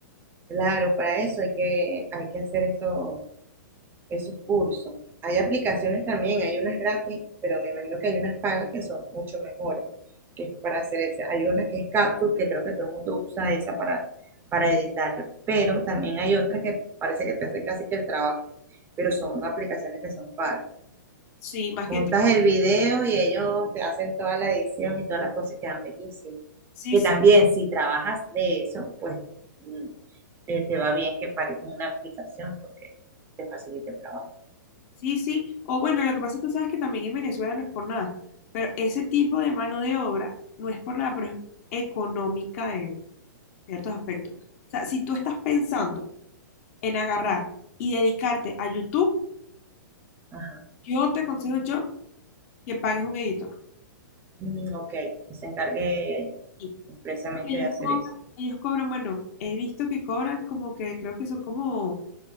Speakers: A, on the right; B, on the left.
A: Claro, para eso hay que, hay que hacer eso, esos cursos. Hay aplicaciones también, hay unas gratis, pero me imagino que hay unas pagas que son mucho mejores, que es para hacer eso. Hay una que es capcut que creo que todo el mundo usa esa para, para editar, pero también hay otras que parece que te hace casi que el trabajo, pero son aplicaciones que son pagas.
B: Sí, más
A: Montas
B: que
A: el video y ellos te hacen toda la edición y todas las cosas y quedan bellísimas.
B: Sí,
A: Que
B: sí,
A: también si trabajas de eso, pues mm, eh, te va bien que pagues una aplicación porque te facilita el trabajo.
B: sí, sí. O bueno, lo que pasa es que tú sabes que también en Venezuela no es por nada, pero ese tipo de mano de obra no es por nada, pero es económica en ciertos aspectos. O sea, si tú estás pensando en agarrar y dedicarte a YouTube,
A: Ajá.
B: yo te aconsejo yo que pagues un editor.
A: Mm, ok, que se encargue
B: Y
A: expresamente
B: porque ellos
A: de hacer
B: cobran,
A: eso.
B: ellos cobran, bueno, he visto que cobran como que creo que son como